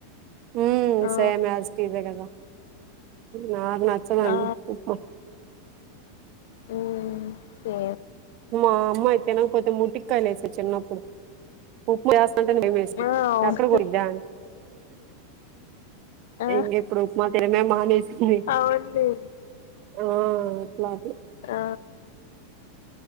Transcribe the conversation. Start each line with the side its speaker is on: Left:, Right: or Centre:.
Right: ఉమ్
Left: ఆ
Right: సేమ్ యాజ్ టీసే కదా నాకు నచ్చదడి
Left: ఆ
Right: ఉప్మా
Left: ఉమ్ సే
Right: మా అమ్మ తినకపోతే పోతే ముటికి కాయలాయిస చిన్నప్పుస్త అంట భయ వేస్త
Left: ఆ అవును
Right: అక్కడ కూడా ఇద్దా అని
Left: ఆ
Right: ఇంక ఇప్పుడు ఉప్మా తినమే మానేసింది
Left: అవునులే
Right: ఆ అట్లాదు
Left: ఆ